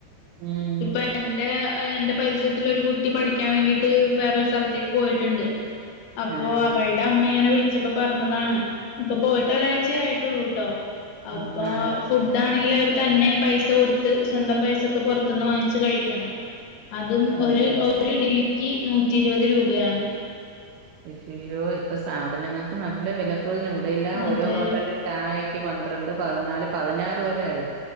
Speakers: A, on the right (about 80°); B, on the left (about 70°).
A: ഉം
B: ഇപ്പൊ എന്റെ- എന്റെ പരിചയ- തിലൊരു കുട്ടി പഠിക്കാൻ വേണ്ടിയിട്ട്- വേറോരു സ്ഥലത്തേക്ക് പോയിട്ടുണ്ട് അപ്പൊ
A: ആഹ്
B: അവളുടെ അമ്മ ഇങ്ങനെ വിളിച്ച- ച്ചപ്പോ പറഞ്ഞതാണ് ഇപ്പൊ പോയിട്ട് ഒരാഴ്ചയ ആയിട്ടുള്ളൂട്ടോ അപ്പ
A: ആഹ് ആഹ്
B: ഫുഡ ആണെങ്കിൽ തന്നെ പൈസ- സ കൊടുത്ത് സ്വന്തം പൈസക്ക് പുറത്തുന്ന് വാങ്ങിച്ച് കഴിക്കണം അതും
A: ആഹ്
B: ഒര് ഒരു ഇഡിലി കി നൂറ്റി ഇരുപത് രൂപയാണ്
A: ശയ്യോ ഇപ്പൊ സാധനങ്ങൾക്ക് നല്ല വില ഇപ്പോഴതിനും ഇവിടെല്ല
B: അത്
A: ഓരോ ഹോട്ടലിൽ ചായ- പന്ത്രണ്ട് പതിനാല് പതിനാറ് വരെ ആയി